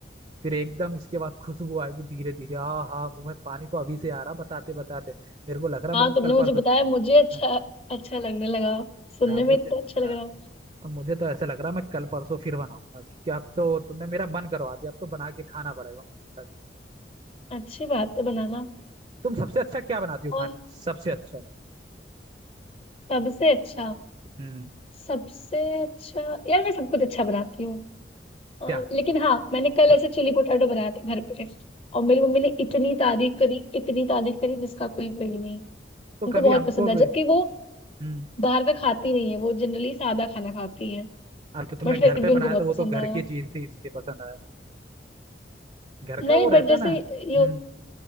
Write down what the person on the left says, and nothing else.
तुमने
मुझे
बताया मुझे अच्छा
अच्छा लगने लगा सुनने
में इतना अच्छा लग
रहा
अच्छी बात है बनाना
और
सबसे अच्छा
सबसे अच्छा यार मैं सब कुछ अच्छा बनाती हूँ अ,
लेकिन हाँ मैंने कल
ऐसे चिली पोटैटो बनाए थे घर पे और मेरी मम्मी ने इतनी तारीफ करी इतनी तारीफ करी जिसका कोई कोई नहीं
उनको
बहुत
पसंद आया
जबकि वो
बाहर का खाती नहीं है वो जनरली सादा खाना खाती है
बट
फिर
भी
उनको बहुत
पसंद
आया
नहीं
बट
जैसे
ये हो-